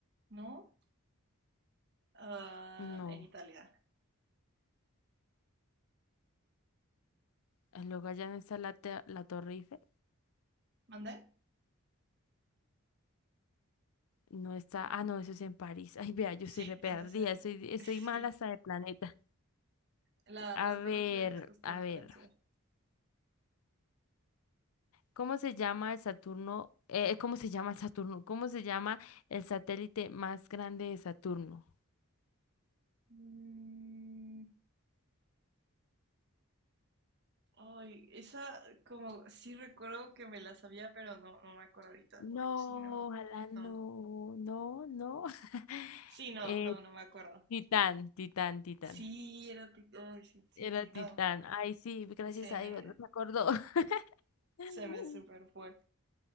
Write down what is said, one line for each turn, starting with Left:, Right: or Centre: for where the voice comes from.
Right: ¿No? Ah,
Left: No.
Right: en Italia.
Left: Ah, Luego allá no está la, te- la Torre Eiffel.
Right: ¿Mandé?
Left: No está. Ah, no, eso es en París. <laughs> Ay, vea, yo
Right: Sí,
Left: soy re perdida.
Right: ese es en...
Left: Soy, estoy
Right: <laughs> Sí.
Left: mal hasta de planeta.
Right: La,
Left: A
Right: la
Left: ver,
Right: Torre Eiffel es justo
Left: a
Right: en Francia.
Left: ver. ¿Cómo se llama el Saturno? eh, ¿cómo se llama el Saturno? ¿Cómo se llama el satélite más grande de Saturno?
Right: Mm, ay, esa como sí recuerdo que me la sabía, pero no, no me acuerdo ahorita.
Left: No,
Right: Sí, no,
Left: ojalá
Right: no.
Left: no, no, no. <laughs>
Right: Sí, no,
Left: Eh,
Right: no, no me acuerdo.
Left: Titán, Titán, Titán.
Right: Sí, era... tic- Ay, sí,
Left: Era
Right: sí, sí,
Left: Titán.
Right: no.
Left: Ay, sí, gracias
Right: Se
Left: a
Right: me,
Left: Dios, no se acordó. <laughs>
Right: Se me super fue.